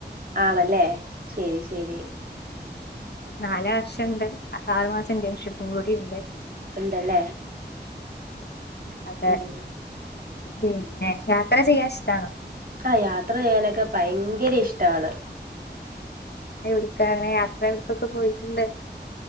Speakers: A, on the right; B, on the left.
A: ആണല്ലേ ശെരി ശെരി.
B: നാല വർഷം ഇണ്ട്. അ ആറ് മാസം ഇന്റേൺഷിപ്പും കൂടി ഇണ്ട്.
A: ഇണ്ടല്ലേ?
B: അതെ
A: ഉം
B: പിന്നെ യാത്ര ചെയ്യാ ഇഷ്ടാണോ?
A: ആ യാത്ര ചെയ്യാനൊക്കെ ഭയങ്കര ഇഷ്ടാണ്.
B: എവിട്ക്കാണ് യാത്ര എവിട്ക്കൊക്കെ പോയിട്ട്ണ്ട്?